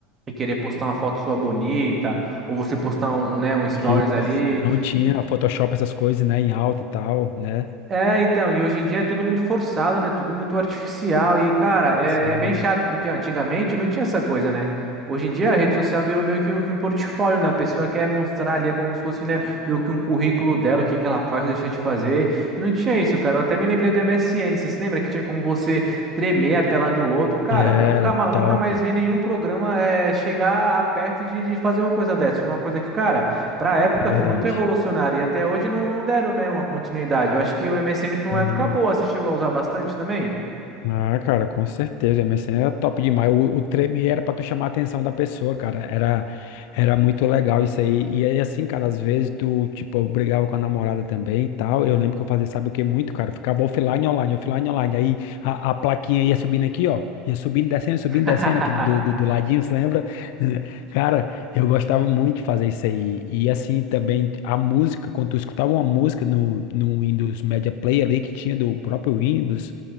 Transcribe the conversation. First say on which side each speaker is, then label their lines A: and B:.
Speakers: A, on the right (about 30°); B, on the left (about 60°).
A: e querer postar uma foto sua bonita, ou você postar um, um, né, um stories
B: Isso,
A: ali.
B: não tinha
A: E
B: Photoshop, essas coisas, né, em alta e tal, né?
A: é, então, e hoje em dia é tudo muito forçado, né? Tudo muito artificial. E, cara, é,
B: Sim.
A: é bem chato, porque antigamente não tinha essa coisa, né? Hoje em dia a rede social virou meio que um, que um portfólio, né? A pessoa quer mostrar ali, é como se fosse, né, meio que um currículo dela, o que que ela faz, deixa de fazer. E não tinha isso, cara. Eu até me lembrei do MSN. Você se lembra que tinha como você tremer a tela do outro? Cara,
B: Era
A: eu nunca, ma- nunca
B: top,
A: mais vi nenhum programa é, chegar a perto de, de fazer uma coisa dessa. Foi uma coisa que, cara. Pra época
B: é verdade.
A: foi muito revolucionário e até hoje não, não deram, né, uma continuidade. Eu acho que o MSN foi
B: Uhum.
A: uma época boa. Você chegou a usar bastante também?
B: Ah, cara, com certeza. O MSN era top demais. O, o treme era pra tu chamar a atenção da pessoa, cara. Era, era muito legal isso aí. E aí, assim, cara, às vezes tu, tipo, eu brigava com a namorada também e tal. Eu lembro que eu fazia, sabe o que muito, cara? Eu ficava offline, online, offline, online. Aí a, a plaquinha ia subindo aqui, ó. Ia subindo, descendo, subindo,
A: <laughs>
B: descendo aqui do, do, do ladinho, você lembra? <laughs> Cara, eu gostava muito de fazer isso aí. E assim também a música, quando tu escutava uma música no, no Windows Media Player ali que tinha do próprio Windows.